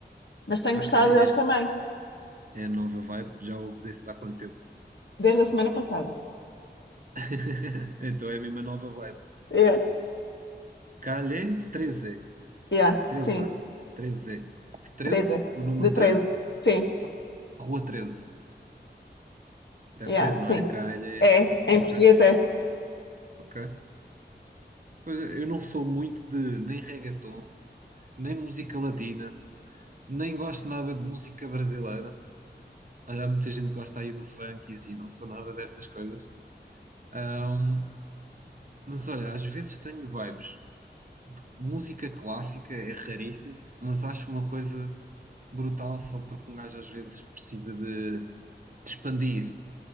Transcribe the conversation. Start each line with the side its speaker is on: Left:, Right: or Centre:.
Left: mas tenho
Right: Ok,
Left: gostado
Right: é,
Left: deles também,
Right: é a nova vibe. Já ouves esses há quanto tempo?
Left: desde a semana passada.
Right: <laughs> Então é mesmo a mesma nova vibe.
Left: Yeah.
Right: Calhe treze,
Left: Yeah,
Right: treze,
Left: sim,
Right: treze, treze.
Left: 13,
Right: O número
Left: de 13,
Right: 13?
Left: sim,
Right: Rua 13? Deve
Left: yeah,
Right: ser, não
Left: sim.
Right: é? Calhe.
Left: É, em
Right: Ok,
Left: português é.
Right: ok. Pois é, Eu não sou muito de nem reggaeton, nem música latina, nem gosto nada de música brasileira. Olha, Há muita gente que gosta aí do funk e assim, não sou nada dessas coisas. Ahm, mas olha, às vezes tenho vibes. Música clássica é raríssimo, mas acho uma coisa brutal só porque um gajo às vezes precisa de expandir.